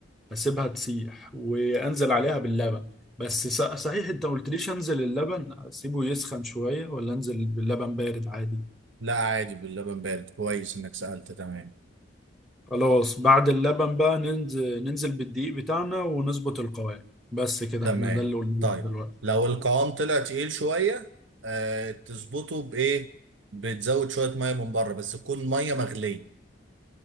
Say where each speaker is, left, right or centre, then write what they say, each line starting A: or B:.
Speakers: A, in the centre; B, on the right (about 70°).
A: بسيبها تسيح وانزل عليها باللبن بس ص- صحيح انت ما قلتليش انزل اللبن اسيبه يسخن شوية ولا انزل باللبن بارد عادي
B: لا عادي باللبن بارد كويس انك سألت تمام
A: خلاص بعد اللبن بقى ننزل ننزل بالدقيق بتاعنا ونظبط القوام بس كده
B: تمام
A: احنا ده اللي قلناه
B: طيب
A: دلوقتي
B: لو القوام طلع تقيل شوية آه تظبطه بإيه؟ بتزود شوية مية من بره بس تكون مية مغلية